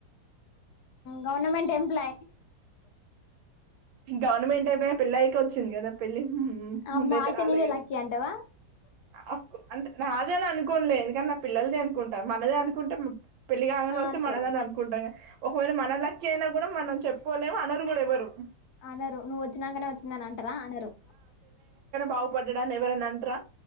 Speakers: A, on the left; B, on the right.
A: గవర్నమెంట్ ఎంప్లాయ్
B: గవర్నమెంట్ అయిపోయిన పెళ్ళి అయిపో వచ్చింది కదా పెళ్ళి
A: అమ్మా
B: ముందయితే
A: అయితే
B: రాలే
A: నీదే
B: కద
A: లక్కీ అంటవా
B: అఫ్ అంటే నాదని అనుకోనులే నా పిల్లలది అనుకుంటా మనదే అనుకుంటే పెళ్లి కాంగనే
A: ఆ
B: వస్తే
A: అంతేలే
B: మనదనే అనుకుంటాంగా ఒకవేళ మన లక్కీ అయినా కూడా మనం చెప్పుకోలేము అనరు కూడా ఎవరు
A: అనరు నువ్వు వచ్చినాకనే వచ్చిందని అంటార అనరు
B: బాగుపడ్డడా అని ఎవరన్న అంట్రా